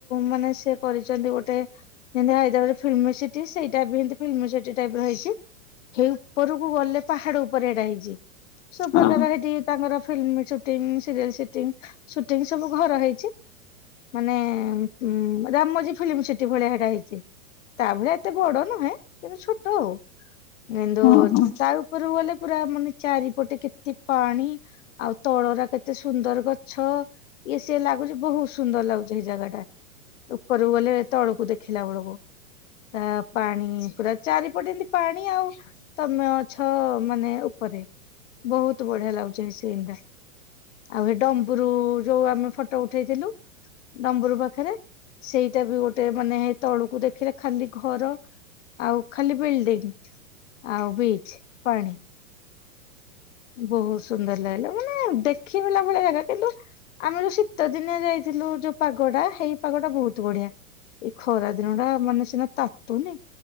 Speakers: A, on the left; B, on the left.
A: ମାନେ ସେ କରିଛନ୍ତି ଗୋଟେ ଯେମତି ହାଇଦ୍ରାବାଦ ଫିଲ୍ମ ସିଟି ସେଇଟା ବିମତି ଫିଲ୍ମ ସିଟି ଟାଇପ ର ହେଇଛି। ସେଇ ଉପରକୁ ଗଲେ ପାହାଡ ଉପରେ ଏଟା ହେଇଛି ସବୁପକାର
B: ହଁ
A: ହେଠି ତାଙ୍କର film shooting serial shooting shooting ସବୁ ଘର ହେଇଛି। ମାନେ ଉ ରାମ ମୋଝ ଫିଲ୍ମ ସେଠି ଭଳିଆ ହେଟା ହେଇଛି। ତା ଭଳିଆ ଏତେ ବଡ ନୁହେଁ କିନ୍ତୁ ଛୋଟ ଆଉ। କିନ୍ତୁ
B: ହଁ ହଁ
A: ତା ଉପରକୁ ଗଲେ ପୁରା ମାନେ ଚାରିପଟେ କେତେ ପାଣି। ଆଉ ତଳରା କେତେ ସୁନ୍ଦର ଗଛ। ଇଏ ସେ ଲାଗୁଛି ବହୁତ ସୁନ୍ଦର ଲାଗୁଛି ସେଇ ଜାଗାଟା। ଉପରକୁ ଗଲେ ଏ ତଳକୁ ଦେଖିଲା ବେଳକୁ। ତା ପାଣି ପୁରା ଚାରିପଟେ ଏମତି ପାଣି ଆଉ। ତମେ ଅଛ ମାନେ ଉପରେ। ବହୁତ ବଢିଆ ଲାଗୁଛି ଏ ସନ୍ ଟା। ଆଉ ହେ ଡମ୍ବୁରୁ ଯୋଉ ଆମେ ଫଟୋ ଉଠେଇଥିଲୁ। ଡମ୍ବରୁ ପାଖେରେ ସେଇଟା ବି ଗୋଟେ ମାନେ ତଳୁକୁ ଦେଖିଲେ ଖାଲି ଘର। ଆଉ ଖାଲି ବିଲ୍ଡିଙ୍ଗ ଆଉ ବିଚ୍ ପାଣି। ବହୁତ ସୁନ୍ଦର ଲାଗିଲା। ମାନେ ଦେଖିଲା ଭଳିଆ ଜାଗା। କିନ୍ତୁ ଆମେ ଯୋଉ ଶୀତ ଦିନିଆ ଯାଇଥିଲୁ ଯୋଉ ପାଗଟା ହେଇ ପାଗଟା ବହୁତ ବଢିଆ। ଏଇ ଖରାଦିନ ଟା ମାନେ ସିନା ତାତୁନି।